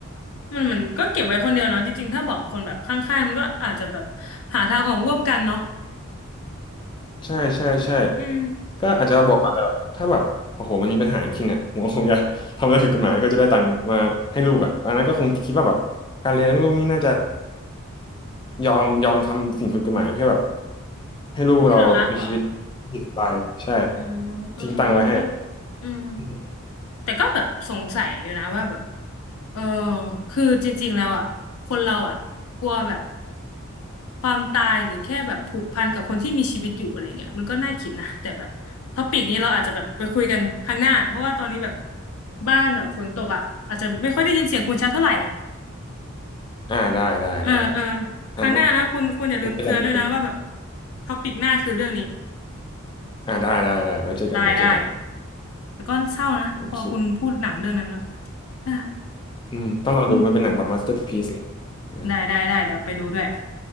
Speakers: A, on the left; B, on the left.
A: มันเหมือนก็เก็บไว้คนเดียวเนาะจริงๆถ้าบอกคนแบบข้างๆมันก็อาจจะแบบหาทางออกร่วมกันเนาะ
B: ใช่ใช่ใช่
A: อืม
B: ก็อาจจะบอกอาจจะถ้าแบบโอ้โหมันมีปัญหาจริงๆอ่ะผมก็คงจะทำอะไรผิดกฎหมายเพื่อจะได้ตังค์มาให้ลูกอ่ะตอนนั้นก็คงคิดว่าแบบการเลี้ยงลูกนี่น่าจะยอมยอมทำสิ่งผิดกฎหมายเพื่อแบบให้ลูกเรามีชีวิตหยุดไปใช่
A: คนที่เรารักเหรออืมเอออันนี้ก็
B: ทิ้งตังค์ไว้ให้
A: อืม
B: อืม
A: แต่ก็แบบสงสัยอยู่นะว่าแบบเออคือจริงๆแล้วอ่ะคนเราอ่ะกลัวแบบความตายหรือแค่แบบผูกพันกับคนที่มีชีวิตอยู่อะไรเงี้ยมันก็น่าคิดนะแต่แบบท็อปิกนี้เราอาจจะแบบไปคุยกันครั้งหน้าเพราะว่าตอนนี้แบบบ้านแบบฝนตกอ่ะอาจจะไม่ค่อยได้ยินเสียงคุณชัดเท่าไหร่
B: อ่าได้ได้ได้
A: เออเออครั้งหน้านะคุณคุณอย่าลืมเตือนด้วยนะว่าแบบ
B: อ่ะนะไว้เจอกันไว้เจอกัน
A: ท็อปิกหน้าคือเรื่องนี้
B: อ่าได้ได้ได้ไว้เจอกันไว้เจอกัน
A: ได้ได้แต่ก็เศร้านะพอคุณพูดหนังเรื่องนั้นแล้ว
B: โอเค
A: อ่ะ
B: อืมต้องลองดูมันเป็นหนังแบบมาสเตอร์พีซเลยเออ
A: อืม ได้ได้ได้เดี๋ยวไปดูด้วย